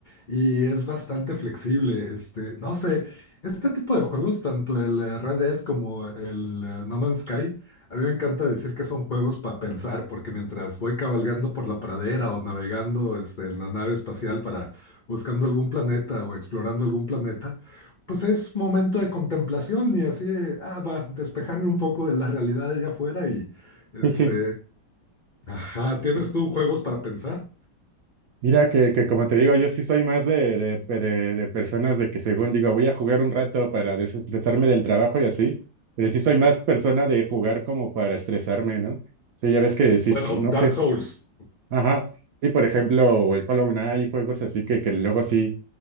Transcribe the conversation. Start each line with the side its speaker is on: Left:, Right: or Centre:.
Left: y es bastante flexible. Este, no sé, este tipo de juegos, tanto el eh, Red Dead como el eh, No Man's Sky, a mí me encanta decir que son juegos para pensar, porque mientras voy cabalgando por la pradera o navegando este, en la nave espacial para buscando algún planeta o explorando algún planeta, pues es momento de contemplación y así, ah, va, despejarme un poco de la realidad de allá afuera y, este,
Right: Sí, sí.
Left: ajá, ¿tienes tú juegos para pensar?
Right: Mira que, que como te digo, yo sí soy más de, de, pe- de- de personas de que según digo, voy a jugar un rato para desestresarme del trabajo y así, pero sí soy más persona de jugar como para estresarme, ¿no? Sí, ya ves que sí,
Left: Bueno,
Right: no
Left: Dark
Right: sé.
Left: Souls,
Right: Ajá. Sí, por ejemplo, el Hollow Knight, juegos así que, que luego sí.